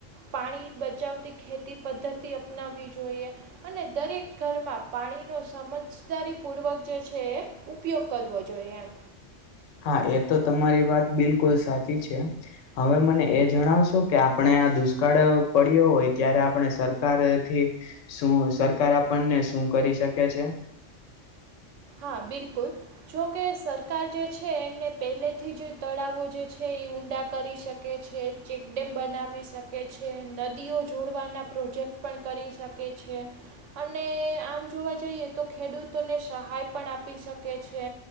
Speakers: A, on the right; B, on the left.
A: પાણી બચાવતી ખેતી પદ્ધતિ અપનાવી જોઈએ. અને દરેક ઘરમાં પાણી નો સમજ દારી પૂર્વક જે છે એ ઉપયોગ કરવો જોઈએ એમ.
B: હા એ તો તમારી વાત બિલકુલ સાચી છે. હવે મને એ જણાવશો કે આપણે આ દુષ્કાળ પડ્યો હોય ત્યારે આપણે સરકારથી શું સરકાર આપણને શું કરી શકે છે.
A: હા, બિલકુલ જોકે સરકાર જે છે એમને પહેલેથી જ તળાવો જે છે એ ઊંડા કરી શકે છે ચેકડેમ બનાવી શકે છે નદીઓ જોડવાના પ્રોજેક્ટ પણ કરી શકે છે. અને આમ જોવા જઈએ તો ખેડૂતોને સહાય પણ આપી શકે છે.